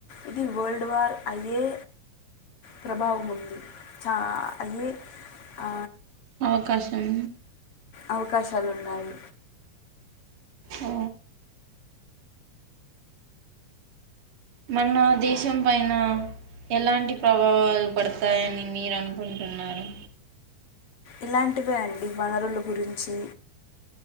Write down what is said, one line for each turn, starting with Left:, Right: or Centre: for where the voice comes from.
Left: ఇది వరల్డ్ వార్ అయ్యే ప్రభావం ఉంది చా అయ్యే ఆ
Right: అవకాశం
Left: అవకాశాలు ఉన్నాయి
Right: ఓ మన దేశం పైన ఎలాంటి ప్రభావాలు పడతాయని మీరనుకుంటున్నారు
Left: ఇలాంటివే అండి వనరుల గురించి